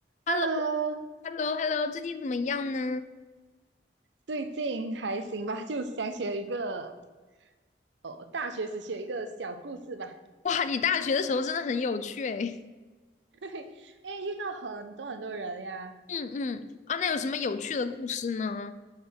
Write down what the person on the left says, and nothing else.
h
e l l o h e l l o h e l l o 最近怎么样呢？
哇，你大学的时候真的很有趣诶。
嗯嗯，啊，那有什么有趣的故事呢？